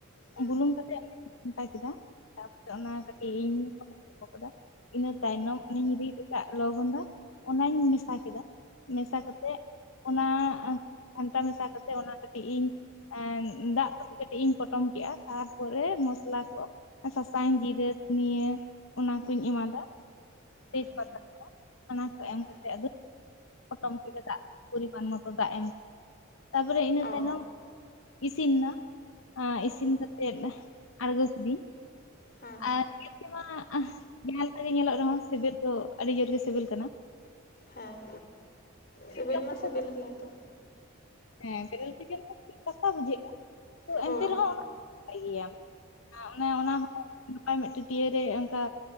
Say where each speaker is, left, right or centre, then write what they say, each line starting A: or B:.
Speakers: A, on the left (about 45°); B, on the left (about 75°).
A: ᱦᱮᱸ
B: ᱵᱩᱞᱩᱝ ᱠᱟᱛᱮ ᱟᱫᱚᱧ ᱜᱷᱟᱱᱴᱟ ᱠᱮᱫᱟ᱾ ᱛᱟᱯᱚᱨᱮ ᱚᱱᱟ ᱠᱟᱹᱴᱤᱡ
A: ᱦᱮᱸ
B: ᱤᱧ ᱴᱟᱯᱚ ᱠᱟᱫᱟ ᱤᱱᱟᱹ ᱛᱟᱭᱱᱚᱢ ᱚᱱᱤᱧ ᱨᱤᱫ ᱟᱠᱟᱫ ᱞᱚᱣᱜᱚᱸᱫᱟ ᱚᱱᱟᱧ ᱢᱮᱥᱟ ᱢᱮᱥᱟ ᱠᱮᱫᱟ ᱢᱮᱥᱟ ᱠᱟᱛᱮ ᱚᱱᱟ ᱜᱷᱟᱱᱴᱟ ᱢᱮᱥᱟ ᱠᱟᱛᱮ ᱚᱱᱟ ᱠᱟᱴᱤᱡ ᱤᱧ ᱮᱱ ᱫᱟᱜ ᱠᱟᱛᱮᱫ ᱠᱟᱴᱤᱡ ᱤᱧ ᱯᱚᱴᱚᱢ ᱠᱮᱫᱟ ᱛᱟᱨᱯᱚᱨᱮ ᱢᱚᱥᱞᱟ ᱠᱚ ᱥᱟᱥᱟᱝ ᱡᱤᱨᱟᱹ ᱫᱷᱩᱱᱤᱹᱭ ᱚᱱᱟ ᱠᱩᱧ ᱮᱢᱟᱫᱟ᱾
A: ᱦᱮᱸ
B: ᱛᱮᱡᱽ ᱯᱟᱛᱟ ᱠᱚ ᱚᱱᱟ ᱠᱚ ᱮᱢ
A: ᱦᱮᱸ
B: ᱠᱟᱛᱮ ᱟᱫᱩᱧ ᱯᱚᱴᱚᱢ ᱠᱮᱫ ᱫᱟᱜ ᱯᱚᱨᱤᱢᱟᱱ ᱢᱚᱛᱚ ᱫᱟᱜ ᱮᱢ ᱠᱟᱛᱮ ᱛᱟᱯᱚᱨᱮ ᱤᱱᱟᱹ
A: ᱚ
B: ᱛᱟᱭᱱᱚᱢ ᱤᱥᱤᱱ ᱱᱟ ᱤᱥᱤᱱ ᱠᱟᱛᱮᱫ ᱟᱬᱜᱚ ᱠᱤᱫᱤᱧ᱾
A: ᱦᱮᱸ
B: ᱟᱨ ᱧᱮᱞᱛᱮᱢᱟ ᱡᱟᱦᱟ ᱞᱮᱠᱟ ᱜᱮ ᱧᱮᱞᱚᱜ ᱨᱮᱦᱚ ᱥᱤᱵᱤᱞ ᱫᱚ ᱟᱹᱰᱤ ᱡᱳᱨᱜ ᱥᱤᱵᱤᱞ ᱠᱟᱱᱟ᱾
A: ᱦᱮᱸ ᱥᱤᱵᱤᱞ
B: ᱡᱚᱢ
A: ᱢᱟ
B: ᱛᱮᱫᱚ
A: ᱥᱤᱵᱤᱞ ᱜᱮᱭᱟ ᱛᱚ᱾
B: ᱦᱮᱸ ᱵᱮᱨᱮᱞ ᱛᱮ ᱡᱮᱢ ᱠᱟᱛᱮ ᱠᱟᱥᱟ ᱵᱩᱡᱷᱟᱹᱜᱼᱟ ᱛᱚ
A: ᱦᱳᱭ
B: ᱮᱱᱛᱮ ᱨᱮᱦᱚᱸ ᱚᱱᱟ ᱱᱟᱯᱟᱭ ᱜᱮᱭᱟ᱾ ᱚᱱᱮ ᱚᱱᱟ ᱦᱚ ᱚᱱᱠᱟ ᱢᱤᱫᱴᱟᱝ ᱴᱟ. ᱴᱭᱟ. ᱨᱮ ᱚᱱᱠᱟ